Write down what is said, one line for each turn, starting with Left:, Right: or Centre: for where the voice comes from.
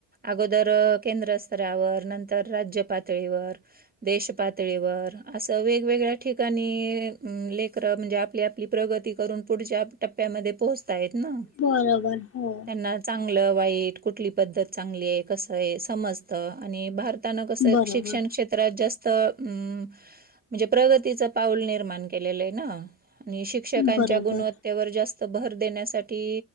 Right: अगोदर केंद्र स्तरावर नंतर राज्य पातळीवर. देश पातळीवर असं वेगवेगळ्या ठिकाणी अम लेकरं म्हणजे आपल्या आपली प्रगती करून पुढच्या टप्प्यामध्ये पोहोचतायेत ना.
Left: बरोबर हो.
Right: ना चांगलं वाईट कुठली पद्धत चांगली आहे कसं आहे समजतं आणि भार त्यांना कसा आहे
Left: बरोबर
Right: शिक्षण क्षेत् त्र जास्त अ म्हणजे प्रगतीच पाऊल निर्माण केलेलं आहे ना. आणि शिक्षकांच्या
Left: बरोबर
Right: गुणवत्तेवर जास्त भर देण्यासाठी